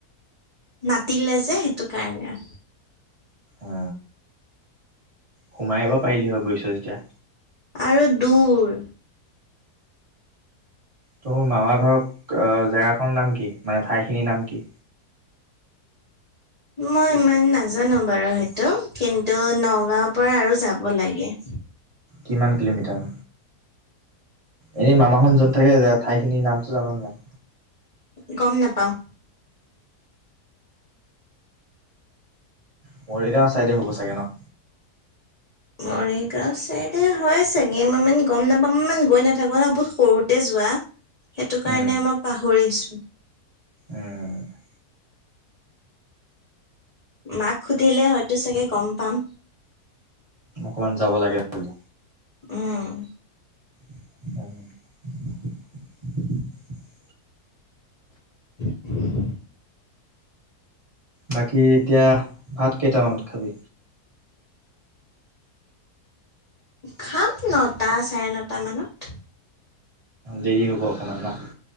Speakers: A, on the left (about 50°); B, on the right (about 25°).
A: নাতিলে যে সেইটো কাৰণে,
B: উ সোমাই আহিব পাৰিলি হয় গৈছ যেতিয়া
A: আৰু দূৰ
B: ত মোৰ মামা ঘৰক জেগাখৰ নাম কি মানে ঠাইখিনিৰ নাম কি?
A: মই ইমান নাজানো বাৰু সেইটো কিন্তু নগাঁওৰ পৰা আৰু যাব লাগে। <inaudible>
B: কিমান কিলোমিটাৰ? এনেই মামাহত য'ত থাকে ঠাইখিনিৰ নামটো জান নাই?
A: গম নাপাওঁ
B: মৰিগাঁও চাইডে হ'ব চাগে ন?
A: মৰিগাও চাইডে হয় চাগে মই মানে গম নাপাম মানে গৈ নাথাকো ন বহুত সৰুতে যোৱা, সেৱা সেইটো কাৰণে
B: উম,
A: মই পাহৰিছো
B: উম,
A: মাক সুধিলে হয়তো চাগে গম পাম।
B: অকমান যাব লাগে বুলি,
A: উম
B: <inaudible>
A: <inaudible>
B: বাকী এতিয়া ভাত কেইটামানত খাবি?
A: খাম নটা চাৰে নটা মানত,
B: দেৰি হ'ব অকণমান ন